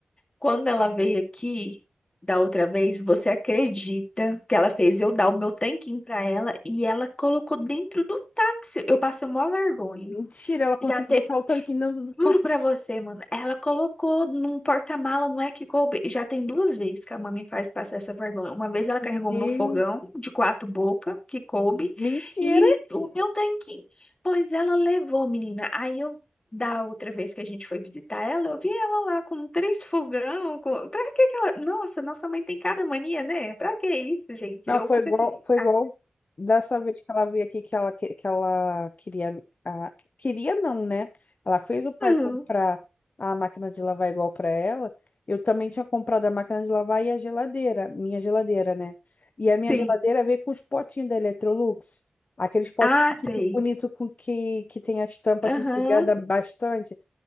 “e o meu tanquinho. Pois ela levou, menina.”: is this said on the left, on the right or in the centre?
Left